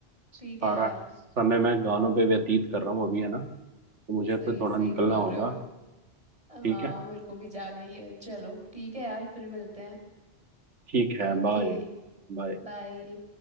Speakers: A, on the right (about 80°); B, on the right (about 30°).
A: सारा
B: ठीक है यार
A: समय मैं गानों पे व्यतीत कर रहा हूँ अभी है ना तो मुझे
B: सही
A: तो थोड़ा
B: सही
A: निकलना
B: बोल
A: होगा
B: रहे हो हाँ
A: ठीक है
B: मेरे को भी जाना ही है चलो ठीक है यार फिर मिलते हैं
A: ठीक है
B: ओके
A: बाय बाय
B: बाय